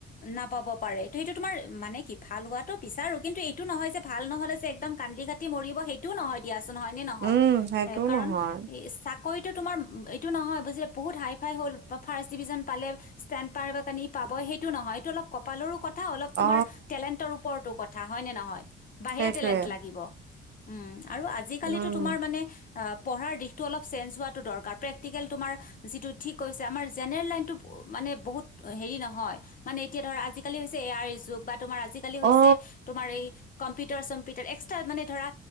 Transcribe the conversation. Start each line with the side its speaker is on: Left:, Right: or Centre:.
Left: নাপাব পাৰে ত সেইটো তোমাৰ মানে কি ভাল হোৱাতটো বিচাৰো কিন্তু এইটো নহয় যে ভাল নহ'লে যে একদম কান্দি কাটি মৰিব সেইটোও নহয় দিয়া। চোন হয় নে নহয়
Right: উম সেইটোও
Left: কাৰণ
Right: নহয়
Left: সেই চাকৰিটোত তোমাৰ এইটো নহয় বুজিলে বহুত হাই ফাই হ'ল বা ফাৰ্ষ্ট ডিভিজন পালে, ষ্টেণ্ড পাৰানি পাব সেইটো নহয় এইটো অলপ কপালৰো কথা অলপ তোমাৰ
Right: অ
Left: টেণ্টৰ ওপৰতো কথা কথা হয় নে নহয়? বাহিৰৰা
Right: সেইটোৱে
Left: টেলেণ্ট লাগিব উম আৰু আজিকালি
Right: উম
Left: তোমাৰ মানে অ পঢ়াৰ দিশটো অলপ চেঞ্জ হোৱাটো দৰ কাৰ প্ৰেকটিকেল তোমাৰ যিটো ঠিক কৈছে আমাৰ জেনেৰেল লাইনতটো মানে বহুত হেৰি নহয় মানে এতিয়া ধৰা আজিকালি এই আই যুগ বা তোমাৰ আজিকালি হৈছে
Right: অ
Left: তোমাৰ এই কম্পিটাৰ চম্পিউটাৰ এক্সট্ৰা মানে ধৰা